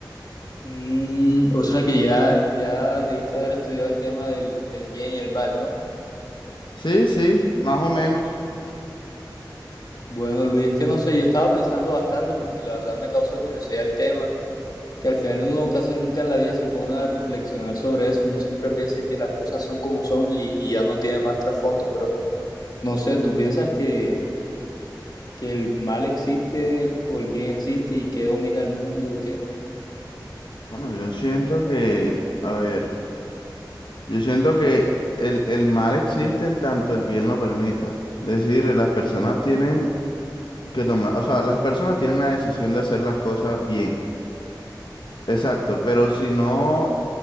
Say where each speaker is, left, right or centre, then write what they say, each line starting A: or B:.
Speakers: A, on the left; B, on the left.
A: Mm, o sea que ya, ya debiste haber estudiado el tema del, del bien y el mal, ¿no?
B: Sí, sí, más o menos.
A: Bueno, Luis, es que no sé, yo estaba pensando bastante porque la verdad me causa curiosidad el tema, que al final uno casi nunca en la vida se pone a reflexionar sobre eso. Uno siempre piensa que las cosas son como son y, y ya no tiene más trasfondo, pero no sé, ¿tú piensas que, que el mal existe o el bien existe y que domina el mundo o qué?
B: Bueno, yo siento que, a ver, yo siento que el, el mal existe en tanto el bien lo permita. Es decir, las personas tienen que tomar, o sea, las personas tienen la decisión de hacer las cosas bien. Exacto, pero si no